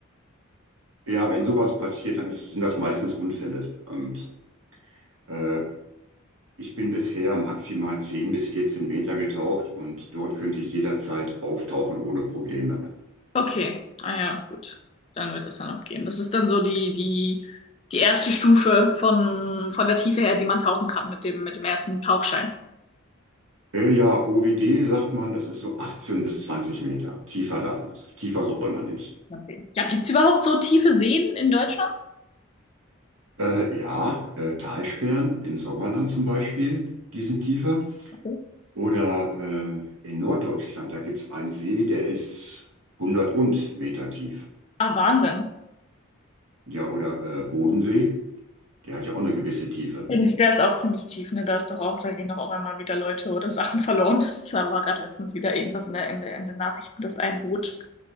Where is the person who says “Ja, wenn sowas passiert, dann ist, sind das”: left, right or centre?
Right